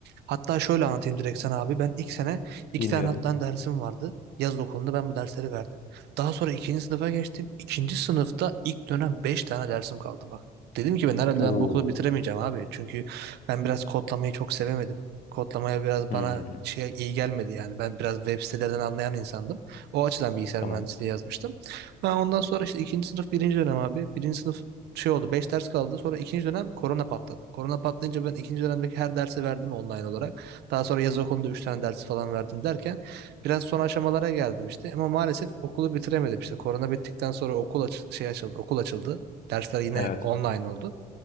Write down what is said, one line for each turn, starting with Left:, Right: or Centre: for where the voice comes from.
Right: Hatta şöyle anlatayım direkt sana abi. Ben ilk sene iki
Left: Dinliyorum.
Right: tane alttan dersim vardı. Yaz okulunda ben bu dersleri verdim. Daha sonra ikinci sınıfa geçtim. İkinci sınıfta ilk dönem beş tane dersim kaldı bak. Dedim ki ben herhalde
Left: Oo.
Right: ben bu okulu bitiremeyeceğim abi. Çünkü ben biraz kodlamayı çok sevemedim. Kodlamaya biraz
Left: Hmm,
Right: bana şey iyi gelmedi yani. Ben biraz web sitelerden anlayan insandım. O açıdan bilgisayar
Left: tamam.
Right: mühendisliği yazmıştım. Ben ondan sonra işte ikinci sınıf birinci dönem abi. Birinci sınıf şey oldu 5 ders kaldı sonra ikinci dönem korona patladı. Korona patlayınca ben ikinci dönemdeki her dersi verdim online olarak. Daha sonra yaz okulunda 3 tane dersi falan verdim derken biraz son aşamalara geldim işte ama maalesef okulu bitiremedim işte. Korona bittikten sonra okul aç şey açıldı okul açıldı. Dersler yine
Left: Evet.
Right: online oldu.